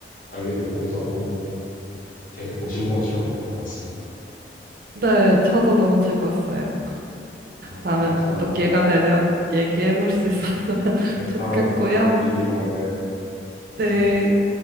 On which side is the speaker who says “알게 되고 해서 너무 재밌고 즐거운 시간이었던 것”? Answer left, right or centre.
Left